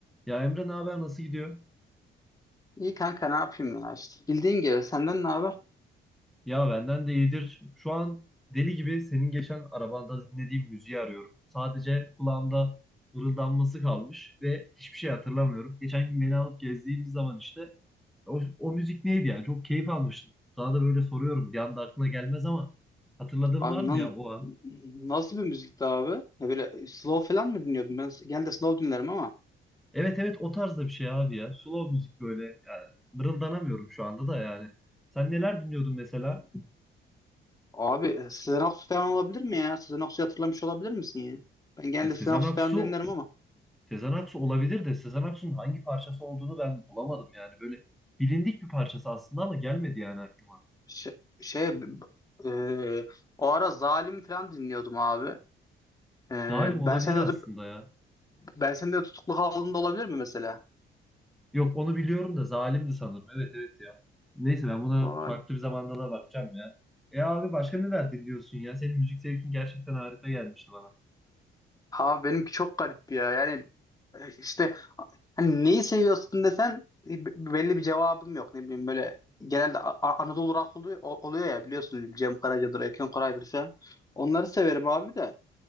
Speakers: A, in the centre; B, on the left.
A: Ya Emre ne haber nasıl gidiyor?
B: İyi kanka ne yapayım ya işte. Bildiğin gibi senden ne haber?
A: Ya benden de iyidir. Şu an deli gibi senin geçen arabanda dinlediğim müziği arıyorum. Sadece kulağımda mırıldanması kalmış ve hiçbir şey hatırlamıyorum. Geçen gün beni alıp gezdiğimiz zaman işte o, o müzik neydi ya? Çok keyif almıştım. Sana da böyle soruyorum. Bir anda aklına gelmez ama hatırladığın
B: Abi
A: var mı
B: lan
A: ya o an?
B: nasıl bir müzikti abi? Ya böyle slow falan mı dinliyordun? Ben genelde slow dinlerim ama.
A: Evet evet o tarzda bir şey abi ya. Slow müzik böyle. Yani mırıldanamıyorum şu anda da yani. Sen neler dinliyordun mesela?
B: Hmm. Abi Sezen Aksu falan olabilir mi ya? Sezen Aksu'yu hatırlamış olabilir misin ya? Ben genelde
A: Ya Sezen
B: Sezen Aksu
A: Aksu
B: falan dinlerim ama.
A: Sezen Aksu olabilir de Sezen Aksu'nun hangi parçası olduğunu ben bulamadım yani. Böyle bilindik bir parçası aslında ama gelmedi yani aklıma.
B: Şey, şey b- b- e, o ara Zalim falan dinliyordum abi. E,
A: Zalim olabilir
B: ben seni
A: aslında
B: de
A: ya.
B: ben seni de tutuklu halinde olabilir mi mesela?
A: Yok onu biliyorum da zalimdi sanırım. Evet evet ya. Neyse ben
B: Vay.
A: buna farklı bir zamanda da bakacağım ya. E abi başka neler dinliyorsun ya? Senin müzik zevkin gerçekten harika gelmişti bana.
B: Abi benimki çok garip ya. Yani e, işte hani neyi seviyorsun desen e, b- belli bir cevabım yok. Ne bileyim böyle genelde A- A- Anadolu rock oluyor, o- oluyor ya biliyorsun Cem Karaca'dır, Erken Koray'dır falan. Onları severim abi de.